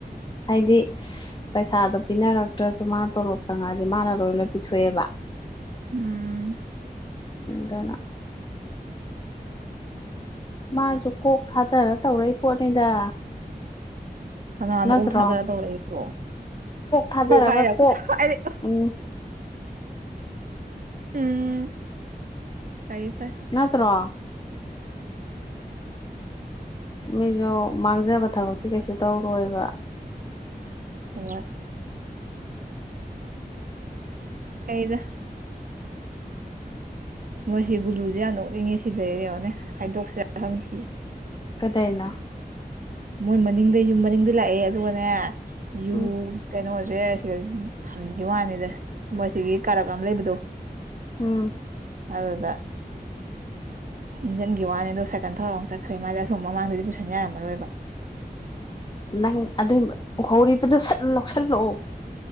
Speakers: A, on the left (about 30°); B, on the right (about 55°).
A: ꯍꯥꯏꯗꯤ ꯄꯩꯁꯥꯗꯣ ꯄꯤꯅꯔꯛꯇ꯭ꯔꯁꯨ ꯃꯥꯅ ꯇꯣꯂꯣꯞ ꯆꯪꯉꯛꯑꯗꯤ ꯃꯥꯅ ꯂꯣꯏ ꯂꯣꯏ ꯄꯤꯊꯣꯛꯑꯦꯕ
B: ꯎꯝ
A: ꯑꯗꯅ ꯃꯥꯁꯨ ꯀꯣꯛ ꯊꯥꯗꯔ ꯇꯧꯔꯏ ꯄꯣꯠꯅꯤꯗ
B: ꯍꯉꯅ
A: ꯅꯠꯇ꯭ꯔꯣ
B: ꯎ ꯊꯥꯗꯔ ꯇꯧꯔꯕꯣ
A: ꯊꯥꯗꯔꯒ
B: ꯀꯣꯛ ꯍꯥꯏꯔ
A: ꯀꯣꯛ
B: <unintelligible>
A: ꯎꯝ
B: ꯎꯝ ꯐꯩ ꯐꯩ
A: ꯅꯠꯇ꯭ꯔꯣ ꯃꯤꯁꯨ ꯃꯥꯡꯖꯕ ꯊꯕꯛꯇꯤ ꯀꯩꯁꯨ ꯇꯧꯔꯣꯏꯕ
B: ꯑꯏ <unintelligible> ꯑꯩꯩꯗ ꯃꯣꯏꯁꯤ ꯒꯨꯂꯨꯁꯦ ꯌꯥꯝ ꯅꯣꯛꯅꯤꯡꯉꯤ ꯁꯤꯗꯩꯔꯉꯣꯅꯦ ꯍꯥꯏꯗꯣꯛꯁꯤꯔꯥ ꯈꯪꯗꯤꯌꯦ
A: ꯀꯗꯥꯅ
B: ꯃꯣꯏ ꯃꯅꯤꯡꯗ ꯌꯨꯝ ꯃꯅꯤꯡꯗ ꯂꯥꯛꯑꯦ ꯑꯗꯨꯒꯅꯦ ꯌꯨ
A: ꯎꯝ
B: ꯀꯩꯅꯣꯁꯦ ꯁꯤ ꯊꯝꯈꯤꯕ ꯋꯥꯅꯤꯗ ꯃꯁꯤꯒꯤ ꯀꯥꯔꯛ ꯑꯃ ꯂꯩꯕꯗꯣ
A: ꯎꯝ
B: ꯑꯗꯨꯗ ꯏꯟꯖꯤꯟꯒꯤ ꯋꯥꯅꯤ ꯑꯗꯣ ꯁꯥꯏꯀꯜ ꯊꯧꯔ ꯑꯃꯨ ꯆꯠꯈ꯭ꯔꯦ ꯃꯥꯗꯤ ꯑꯁꯨꯝ ꯃꯃꯥꯡꯗꯗꯤ ꯄꯨꯁꯟ ꯌꯥꯔꯝꯃꯔꯣꯏꯕ
A: ꯅꯪ ꯑꯗꯨꯏ ꯎꯍꯧꯔꯤꯕꯗꯨ ꯁꯂꯧꯁꯜꯂꯛꯑꯣ